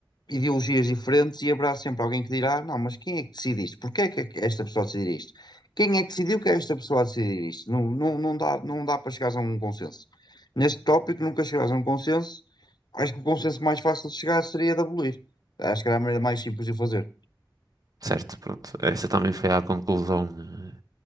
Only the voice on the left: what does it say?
ideologias diferentes e haverá sempre alguém que dirá: não, mas quem é que decide isto? Porquê é que esta pessoa decidir isto? Quem é que decidiu que é esta pessoa a decidir isto? Não, não, não dá, não dá para chegares a um consenso. Neste tópico, nunca chegarás a um consenso. Acho que o consenso mais fácil de chegar seria de abolir. Acho que era a maneira mais simples de o fazer.